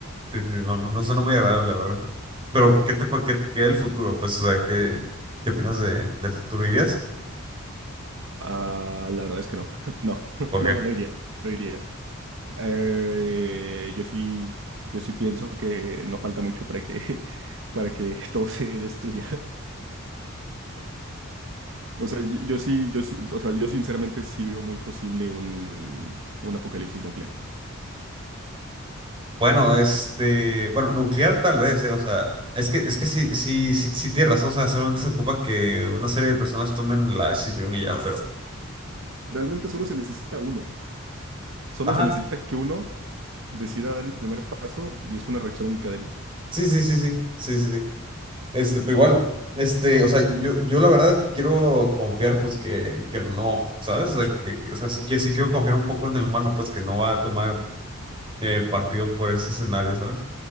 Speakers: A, on the right; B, on the right.
A: Sí, sí, no, no, no suena muy agradable, la verdad. Pero, ¿qué te pa- qué, qué el futuro? Pues, o sea, ¿qué, qué opinas de, del futuro? ¿Irías?
B: Ah, la verdad es que no, <laughs> no, <laughs>
A: ¿Por
B: no,
A: qué?
B: no iría, no iría. Eh, yo sí, yo sí pienso que no falta mucho para que, <laughs> para que todo se destruya. O sea, yo, yo sí, yo sí, o sea, yo sinceramente sí veo muy posible un, un apocalipsis nuclear.
A: Bueno, este, bueno, nuclear tal vez, eh, o sea, es que, es que sí, sí, sí, sí tienes razón, o sea, solamente se ocupa que una serie de personas tomen la decisión y ya, pero.
B: Realmente solo se necesita uno. Solo
A: Ajá,
B: se necesita que uno decida dar el primer paso y es una reacción en cadena.
A: sí, sí, sí, sí, sí, sí, sí. Este, pero igual, este, o sea, yo, yo la verdad quiero confiar, pues, que, que no, ¿sabes? O sea, que, o sea, sí, que sí quiero confiar un poco en el humano, pues, que no va a tomar eh, partido por ese escenario, ¿sabes?